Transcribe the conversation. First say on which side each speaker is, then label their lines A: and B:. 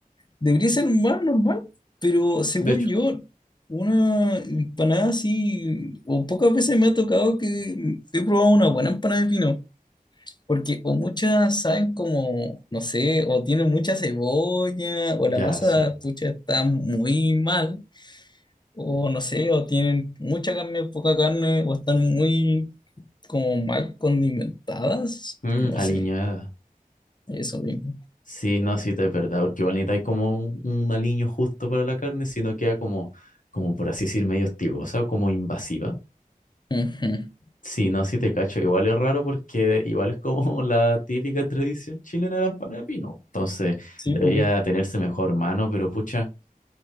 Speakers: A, on the left (about 30°); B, on the left (about 60°).
A: Debería ser más normal, pero según
B: De hecho,
A: yo, una empanada así, o pocas veces me ha tocado que he probado una buena empanada de pino, porque o muchas saben como, no sé, o tienen mucha cebolla, o la
B: ya
A: masa,
B: sí.
A: pucha, está muy mal, o no sé, o tienen mucha carne, poca carne, o están muy como mal condimentadas,
B: Mm,
A: no
B: alineada.
A: sé, eso mismo.
B: Sí, no, sí, es verdad, porque igual necesitáis como un, un aliño justo para la carne, si no queda como, como por así decir, medio hostigosa o como invasiva.
A: Ujú.
B: Sí, no, sí te cacho, igual es raro porque igual es como <laughs> la típica tradición chilena de la empanada de pino. Entonces,
A: Sí,
B: debería
A: pues.
B: tenerse mejor mano, pero pucha,